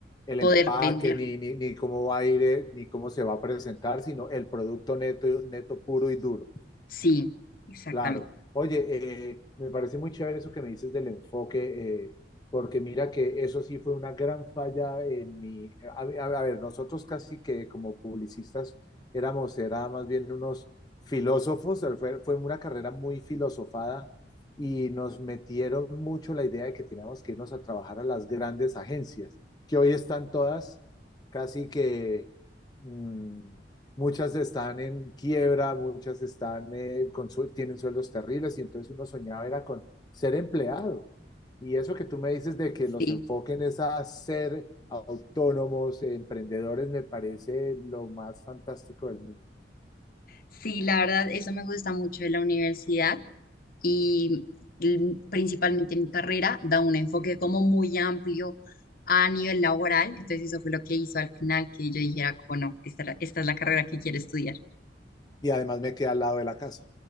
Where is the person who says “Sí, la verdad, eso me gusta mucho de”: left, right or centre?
Left